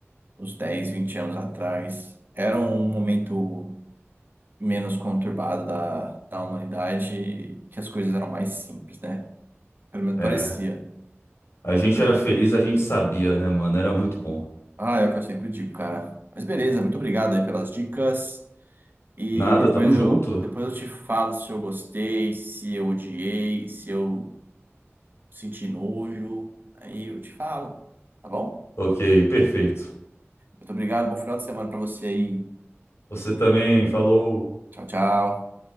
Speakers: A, on the right; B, on the left.
A: uns dez vinte anos atrás. Era um momento menos conturbada da, da humanidade, que as coisas eram mais simples, né? Pelo menos
B: É,
A: parecia.
B: a gente era feliz, a gente sabia, né, mano? Era muito bom.
A: Ah, é o que eu sempre digo, cara. Mas beleza, muito obrigado aí pelas dicas. E
B: Nada,
A: depois
B: tamo junto.
A: eu, depois eu te falo se eu gostei, se eu odiei, se eu senti nojo. Aí eu te falo, tá bom?
B: Ok, perfeito.
A: Muito obrigado, bom final de semana pra você aí.
B: Você também falou.
A: Tchau, tchau.